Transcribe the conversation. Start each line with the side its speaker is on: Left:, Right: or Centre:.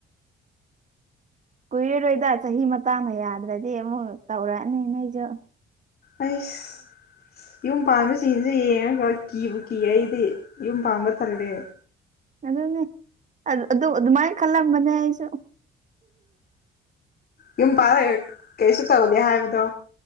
Right: ꯀꯨꯏꯔꯔꯣꯏꯗ ꯆꯍꯤ ꯃꯇꯥꯡꯅ ꯌꯥꯗ꯭ꯔꯗꯤ ꯑꯃꯨꯛ ꯇꯧꯔꯛꯑꯅꯤ ꯅꯣꯏꯖꯨ
Left: ꯑꯩꯁ ꯌꯨꯝ ꯄꯥꯟꯕꯁꯤꯡꯁꯦ ꯌꯦꯡꯉꯒ ꯀꯤꯕꯨ ꯀꯤ ꯑꯩꯗꯤ ꯌꯨꯝ ꯄꯥꯟꯕ ꯇꯜꯂꯦ
Right: ꯑꯗꯨꯅꯦ ꯑꯗꯨ ꯑꯗꯨꯃꯥꯏꯅ ꯈꯜꯂꯝꯕꯅꯦ ꯑꯩꯁꯨ
Left: ꯌꯨꯝ ꯄꯥꯜ ꯀꯩꯁꯨ ꯇꯧꯗꯦ ꯍꯥꯏꯕꯗꯣ